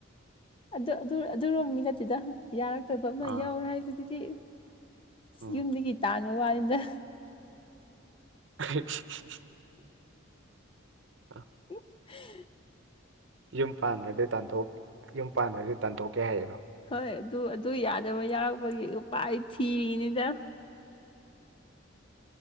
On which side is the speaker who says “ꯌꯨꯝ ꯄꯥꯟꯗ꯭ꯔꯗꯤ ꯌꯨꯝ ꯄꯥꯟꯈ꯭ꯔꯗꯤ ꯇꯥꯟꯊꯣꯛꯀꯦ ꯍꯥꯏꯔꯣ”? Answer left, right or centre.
Right